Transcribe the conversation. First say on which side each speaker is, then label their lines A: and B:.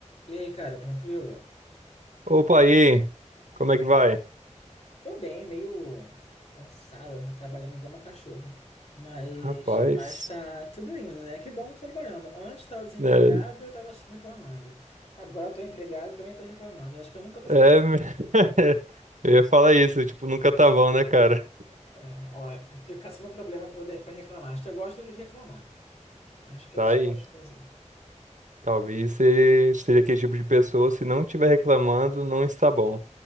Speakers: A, on the left; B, on the right.
A: E aí, cara, tranquilo?
B: Opa aí, como é que vai?
A: Tô bem, meio cansado trabalhando igual uma cachorra. Mas,
B: Rapaz,
A: mas tá tudo indo, né? Que bom que tô trabalhando. Antes tava desempregado,
B: é,
A: eu tava reclamando. Agora tô empregado, também tô reclamando. Eu acho que eu nunca tô
B: é,
A: satisfeito.
B: <laughs> eu ia falar isso, tipo, nunca tá bom, né, cara?
A: É, ó, fica sendo um problema pra, poder, pra reclamar. Acho que eu gosto de reclamar. Acho que
B: Tá
A: é isso
B: aí.
A: que eu gosto de fazer.
B: Talvez você seja aquele tipo de pessoa, se não estiver reclamando, não está bom.